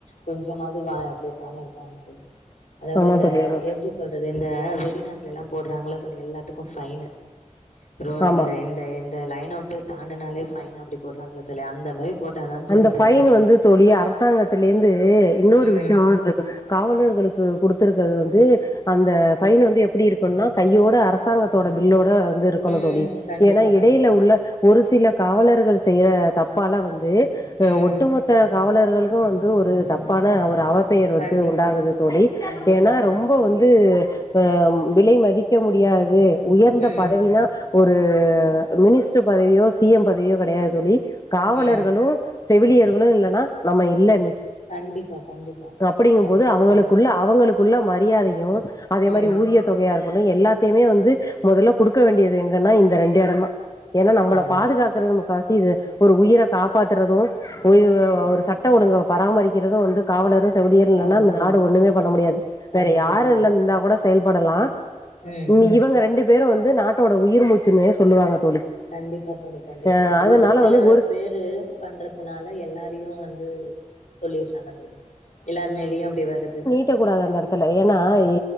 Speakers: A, on the left (about 75°); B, on the left (about 30°).
A: கொஞ்சமாது வா பேசாம இருப்பாங்க அதாவது
B: ஆமா
A: இந்த
B: தோழி ஆமா
A: எப்டி சொல்றது இந்த வெளிநாட்லெல்லா போடுறாங்கள்ள தோழி எல்லாத்துக்கு ஃபைனு ரோ
B: ஆமா
A: இந்த இந்த இந்த லைனவிட்டு தாண்டுனாலே ஃபைன் அப்டி போடுறாங்களதுல அந்த மாரி போட்டாதா தோழி
B: அந்த
A: த
B: ஃபைன் வந்து தோழி அரசாங்கத்துலேந்து இன்னொரு
A: ம்
B: விஷ்யோ இந்த காவலர்களுக்கு குடுத்துருக்கிறது வந்து அந்த ஃபைன் வந்து எப்டி இருக்னுனா கையோட அரசாங்கத்தோட பில்லோட வந்து இருக்கணு
A: ம்
B: தோழி
A: கண்டிப்பா
B: ஏனா இடையில
A: கண்டிப்பா
B: உள்ள ஒரு சில காவலர்கள் செய்ற தப்பால வந்து அ
A: ம்
B: ஒட்டுமொத் த்த காவலர்களுகு வந்து ஒரு தப்பான ஒரு அவ பெயர்
A: கண்டிப்பா
B: வந்து உண்டாகுது தோழி
A: கண்டிப்பா
B: ஏனா
A: தோழி
B: ரொம்ப வந்து ஆ விலை மதிக்க முடியாது உயர்ந்த
A: ம்
B: பதவினா ஒரு மினிஸ்டர் பதவியோ சி எம் பதவியோ கெடயாது தோழி காவலர்களு
A: ம்
B: செவிலியர்களு இல்லனா நம்ம இல்ல இன்னக்கி
A: கண்டிப்பா கண்டிப்பா
B: அப்டிங்கும்போது
A: கண்டிப்பா
B: அவங்களுக்குள்ள
A: தோழி
B: அவங்களுக்கு குள்ள மரியாதயு அதே மாரி
A: ம்
B: ஊதிய தொகையா இருக்கட்டு எல்லாத்தையுமே வந்து மொதல்ல குடுக்க வேண்டியது எங்கன்னா இந்த ரெண்டு எடம் தா ஏனா நம்பள
A: ஆமா
B: பாதுகாக்றது முக்காசி இது ஒரு உயிர காப்பாத்து றது ஒரு ஒரு சட்ட ஒழுங்க பராமரிக்கிறது வந்து காவலரு செவிலியர் இல்லனா
A: ஆமா
B: இந்த நாடு ஒண்ணுமே பண்ண முடியாது
A: கண்டிப்பா
B: வேற யாரு
A: தோழி
B: இல்லன் இந்தா கூட செயல்படலா
A: ம்
B: நி இவங்க ரெண்டு பேரு வந்து நாட்டோட உயிர் மூச்சுன்னு சொல்லுவாங்க தோழி
A: கண்டிப்பா தோழி கண்டிப்பா
B: அஹ்
A: தோழி
B: அதனால
A: ஒரு சில
B: வந்து ஒரு
A: பேரு பண்றத்துனால எல்லாரயு வந்து சொல்லிறாங்க தோழி எல்லார்மேலயு அப்டி வருது
B: ட்ட கூடாது அந்த எடத்துல ஏனா ஏ